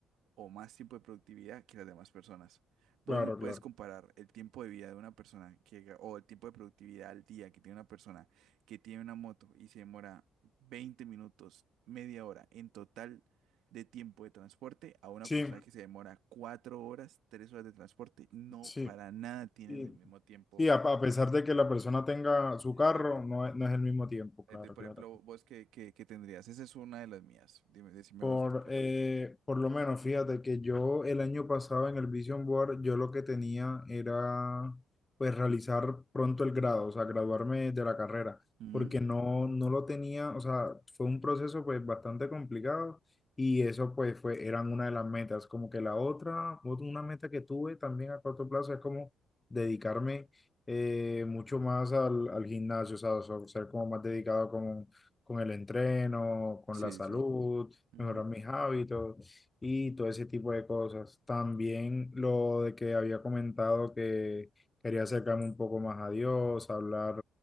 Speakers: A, on the right; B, on the left.
A: o más tiempo de productividad que las demás personas. Vos
B: Claro,
A: no
B: claro.
A: puedes comparar el tiempo de vida de una persona que, ga- o el tiempo de productividad al día que tiene una persona que tiene una moto y se demora 20 minutos, media hora en total de tiempo de transporte a una
B: Sí,
A: persona que se demora 4 horas, 3 horas de transporte. No,
B: sí.
A: para nada tienen
B: Sí,
A: el mismo tiempo
B: sí, a, a pesar
A: de uso.
B: de que la persona tenga su
A: Exacto.
B: carro, no, es- no es el mismo tiempo,
A: Este,
B: claro,
A: por
B: claro.
A: ejemplo, vos qué, qué- qué tendrías? Esa es una de las mías. Dime, decime
B: Por,
A: vos qué
B: eh,
A: pronto.
B: por lo menos, fíjate que yo el año pasado en el Vision Board, yo lo que tenía era pues realizar pronto el grado, o sea, graduarme de la carrera,
A: Ujú.
B: porque no, no lo tenía, o sea, fue un proceso pues bastante complicado y eso pues fue, eran una de las metas, como que la otra, ot- una meta que tuve también a corto plazo es como dedicarme eh, mucho más al, al gimnasio, o sea, o sea, ser como más dedicado con, con el entreno, con
A: Sí,
B: la salud
A: sí. Ujú.
B: mejorar mis hábitos y todo ese tipo de cosas. También lo de que había comentado que quería acercarme un poco más a Dios, hablar